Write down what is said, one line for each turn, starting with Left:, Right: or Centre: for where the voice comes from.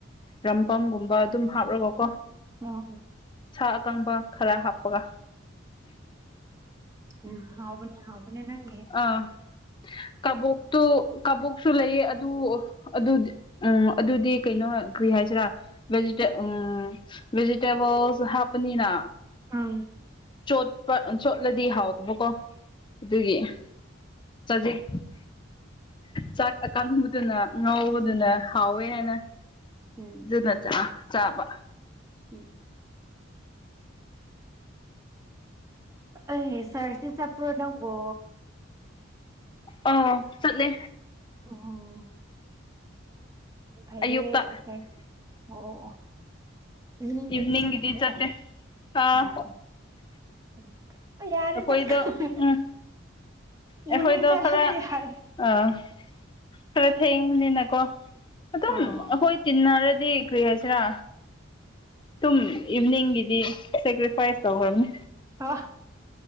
Left: ꯔꯝꯄꯝꯒꯨꯝꯕ ꯑꯗꯨꯝ ꯍꯥꯞꯔꯒꯀꯣ
Right: ꯑꯣ ꯑꯣ
Left: ꯁꯥ ꯑꯀꯪꯕ ꯈꯔ ꯍꯥꯞꯄꯒ
Right: ꯑ ꯍꯥꯎꯕꯅꯦ ꯍꯥꯎꯕꯅꯦ ꯅꯪ
Left: ꯑꯥ ꯀꯕꯣꯛꯇꯨ ꯀꯕꯣꯛꯁꯨ ꯂꯩꯌꯦ ꯑꯗꯨ ꯑꯗꯨ ꯎꯝ ꯑꯗꯨꯗꯤ ꯀꯩꯅꯣ ꯀꯔꯤ ꯍꯥꯏꯁꯤꯔꯥ ꯚꯦꯖꯤꯇꯦ ꯎꯝ ꯚꯦꯖꯤꯇꯦꯕꯜꯁꯨ ꯍꯥꯞꯄꯅꯤꯅ
Right: ꯎꯝ
Left: ꯆꯣꯠꯄ ꯆꯣꯠꯂꯗꯤ ꯍꯥꯎꯗꯨꯕꯀꯣ ꯑꯗꯨꯒꯤ ꯆꯖꯤꯛ ꯆꯥꯛ ꯑꯀꯪꯕꯗꯨꯅ ꯉꯧꯕꯗꯨꯅ
Right: ꯎꯝ
Left: ꯍꯥꯎꯋꯦ ꯍꯥꯏꯅ
Right: ꯎꯝ
Left: ꯑꯗꯨꯅ ꯆꯥ ꯆꯥꯕ
Right: ꯎꯝ ꯑ ꯆꯔꯁꯇꯤ ꯆꯠꯄ꯭ꯔꯣ ꯅꯪꯕꯣ
Left: ꯑꯣ ꯆꯠꯂꯦ
Right: ꯑꯣ ꯐꯥꯏꯌꯦ
Left: ꯑꯌꯨꯛꯇ
Right: <unintelligible> ꯑꯣ ꯑꯣ ꯏꯚꯤꯅꯤꯡꯗꯗꯤ
Left: ꯏꯚꯤꯅꯤꯡꯒꯤꯗꯤ
Right: ꯆꯠꯇ꯭ꯔꯦ
Left: ꯆꯠꯇꯦ ꯑꯥ
Right: ꯑꯣ ꯎ ꯑꯩ ꯌꯥꯔ‌ꯦꯗ
Left: ꯑꯩꯈꯣꯏꯗꯣ
Right: ꯈꯪ
Left: ꯎꯝ
Right: ꯃ‌ꯣꯔꯅꯤꯡ
Left: ꯑꯩꯈꯣꯏꯗꯣ
Right: ꯆꯠꯂꯗꯤ
Left: ꯈꯔ
Right: ꯌꯥꯔ‌ꯦ
Left: ꯑꯥ ꯈꯔ ꯊꯦꯡꯕꯅꯤꯅꯀꯣ ꯑꯗꯨꯝ
Right: ꯑꯣ
Left: ꯑꯩꯈꯣꯏ ꯇꯤꯟꯅꯔꯗꯤ ꯀꯔꯤ ꯍꯥꯏꯁꯤꯔꯥ ꯗꯨꯝ ꯏꯚꯅꯤꯡꯒꯤꯗꯤ ꯁꯦꯀ꯭ꯔꯤꯐꯥꯏꯁ ꯇꯧꯈ꯭ꯔꯕꯅꯤ
Right: ꯍ